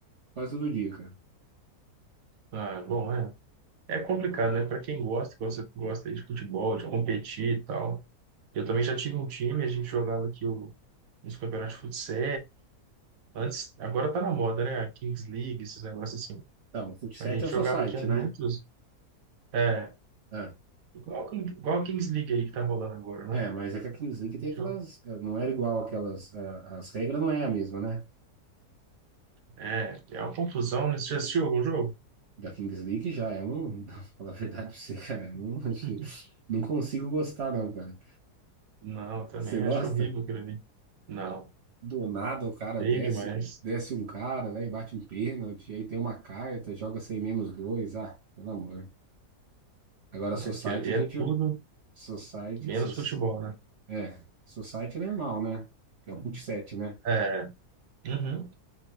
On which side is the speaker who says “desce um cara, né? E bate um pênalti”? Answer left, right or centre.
Right